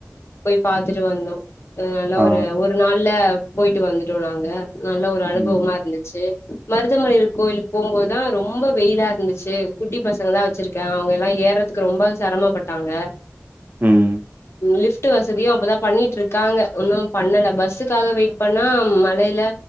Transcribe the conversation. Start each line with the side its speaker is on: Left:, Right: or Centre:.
Left: போய் பாத்துட்டு வந்தோ. நல்ல
Right: ஆ.
Left: ஒரு நாள்ல போய்ட்டு வந்துட்டோ நாங்க நல்ல ஒரு அனுபவமா
Right: ம்,
Left: இரு இந்துச்சி மருதமலைல கோயிலுக் போம்போதுதா ரொம்ப வெயிலா இருந்துச்சி. குட்டி பசங்கதா வெச்சிருக்க. அவுங்கல்லா ஏறத்துக்கு ரொம்ப செரமபட்டாங்க.
Right: ம்.
Left: லிஃப் ட்டு வசதியு அப்பதா பண்ணீட்டிருக்காங்க. உன்னு பண்ணல பஸ்ஸுக்காக வெயிட் பண்ணா மழைல